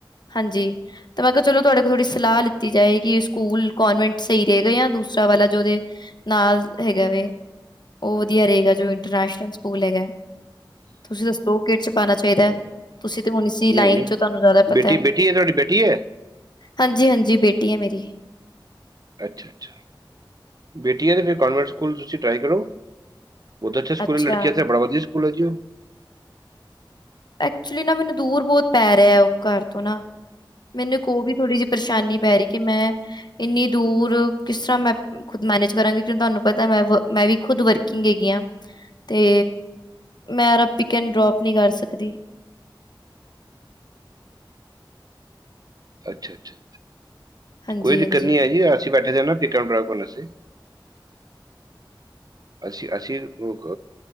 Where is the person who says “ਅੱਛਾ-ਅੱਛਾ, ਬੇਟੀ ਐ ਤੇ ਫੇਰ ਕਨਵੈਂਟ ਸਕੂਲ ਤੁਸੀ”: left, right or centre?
Right